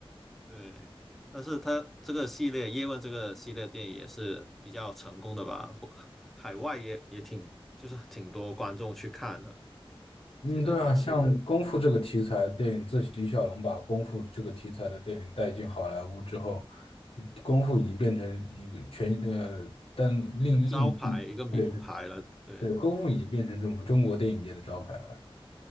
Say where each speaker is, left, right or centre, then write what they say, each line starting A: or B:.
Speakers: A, in the centre; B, on the left (about 75°).
A: 对，但是它这个系列《叶问》这个系列电影也是比较成功的吧？或海海外也也挺，就是挺多观众去看的。我记得当时
B: 嗯，对啊，像功夫这个题材电影，自李小龙把功夫这个题材的电影带进好莱坞之后，功夫已经变成一个全呃，但另另
A: 一个招牌，一个名牌了。
B: 对
A: 对
B: 对，功夫已经变成我们中国电影界的招牌了，